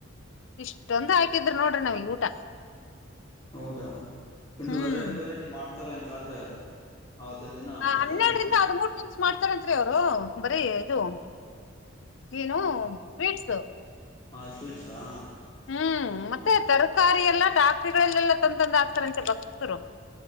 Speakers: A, on the left (about 65°); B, on the left (about 25°).
A: ಇಷ್ಟೊಂದ್ ಹಾಕಿದ್ರ ನೋಡ್ರಿ ನಮಗ್ ಊಟ
B: ಹೌದಾ ಇನ್ನು
A: ಹ್ಮ್
B: ವೆರೈಟಿ ವೆರೈಟಿ ಮಾಡ್ತಾರೆ ಹಂಗಾದ್ರೆ ಅವತ್ತಿನ ದಿನ
A: ಹ
B: ಜಾತ್ರೆ
A: ಹನ್ನೆರಡರಿಂದ
B: ದಿನ
A: ಹದಮೂರ್ ದಿನ್ಸ ಮಾಡ್ತಾರಂತ್ರಿ ಅವರು ಬರೀ ಇದು
B: ಹ
A: ಏನು ಸ್ವೀಟ್ಸ್
B: ಹಾ ಸ್ವೀಟ್ಸಾ
A: ಹ್ಮ್ ಮತ್ತೆ ತರಕಾರಿ ಎಲ್ಲಾ ಟಾಕ್ರಿಗಳಲ್ಲೆಲ್ಲಾ ತಂತಂದ ಹಾಕ್ತಾರಂತೆ ಭಕ್ತರು